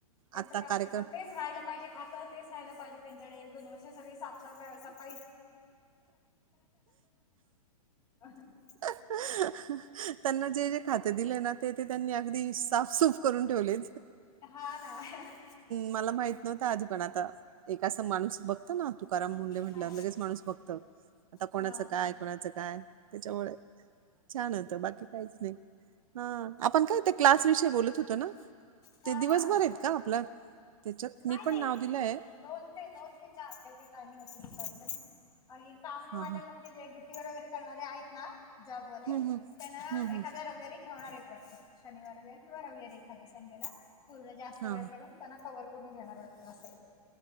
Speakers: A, on the left; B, on the right.
A: त्यांच
B: आता
A: काम
B: कार्यक्रम
A: त तेच राहिलं पाहिजे खात. तेच राहिलं पाहिजे त्यांच्याकडेले सगळी साफफ सफा <unintelligible>
B: ् <unintelligible> त्यांना जे जे खाते दिले ना ते ते त्यांनी अगदी साफसूफ करून ठेवले.
A: हा ना.
B: मला माहित नव्हते आधी पण आता एका अस माणूस बघतो ना. तुकाराम मुंडे म्हटल्या
A: हा
B: लगेच माणूस बघत आता कोणाचं
A: हा
B: काय कोणाचं काय त्यांच्यामुळे छान होत बाकी काहीच नाही हा. आपण काय ते क्लास विषयी बोलत होतो ना
A: हा
B: ते दिवसभर
A: हा
B: आहेत का आपला त्यांच्यात
A: नाही
B: मी पण
A: नाही
B: नाव दिलं आहे.
A: दोन दोन ते चार ते टिंग अस आणि काम
B: हा
A: वाल्यानंतर
B: हा
A: जे ड्युटी वगैरे करणारे आहेत ना. जॉबवाले
B: हम्म हम्म
A: त्यांना
B: हम्म हम्म
A: एखादा् रविवारी ठेवणारच वाटतं. शनिवार किंवा राहूयार एखाद्या संडेला पूर्ण जास्त
B: हा
A: वेळ करून त्यांना क करून घेणार वाटतं असं.